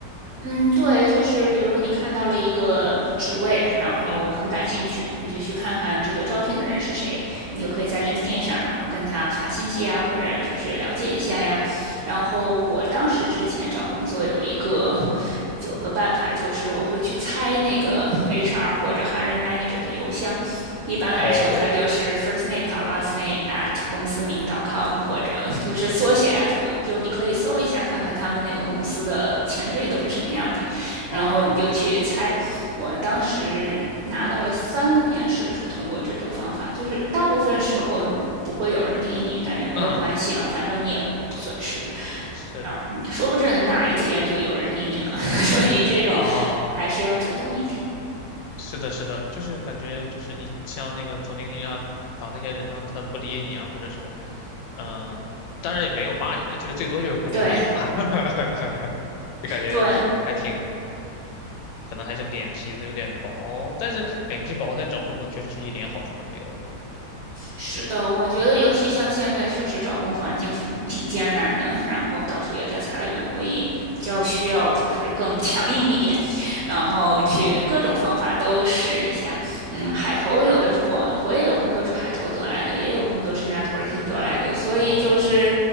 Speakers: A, on the right; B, on the left.
A: 嗯，对，就是比如你看到了一个职位，然后很感兴趣，
B: 嗯，
A: 你就去看看这个招聘的人是谁，你就可以在 LinkedIn 上，然后跟他发信息呀，或者就是了解一下呀。然后我当时之前找工作有一个九个办法，就是我会去猜那个 HR 或者 hiring manager 的邮箱。一般来说，
B: 哦，
A: 它就是 first name 到 last name at 公司名 .com，或者就是缩写啊，怎么就你可以搜一下，看看他们那个公司的前缀都是什么样的，
B: 哦，
A: 然后你就去猜。我当时拿到了三个面试是通过这种方法，就是大部分时候不会有人理你，但也没有关系啊，
B: 嗯，
A: 反正你也不损失。
B: 是，
A: 嗯，说不准哪一天就有人理你了，<laughs> 所以这种
B: 哦。
A: 还是要主动一点。
B: 是的，是的，就是感觉就是你像那个总 l i n 上找那些人呢、他不理你啊，或者说，嗯、当然也没有骂你的，就是最多就是不理你嘛，
A: 对
B: <laughs> 就感觉还挺，
A: 对，
B: 可能还是脸皮子有点薄，但是脸皮薄在找工作确实是一点好处都没有的。
A: 是的，我觉得尤其像现在，确实找工环境挺艰难的，然后到处也在裁员，所以要需要就是更强硬一点，然后去各种方法都试一下。嗯，海投有的是我我也有工作是海投得来的，也有工作是 networking 得来的，所以就是
B: 哦，